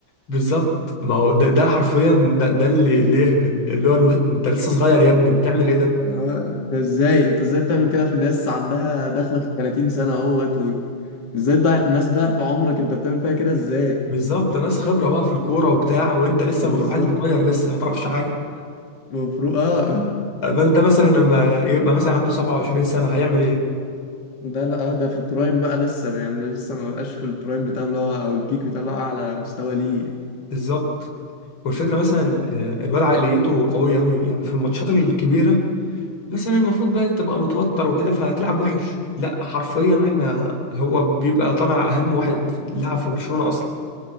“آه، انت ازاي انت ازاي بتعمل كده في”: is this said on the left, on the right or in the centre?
Left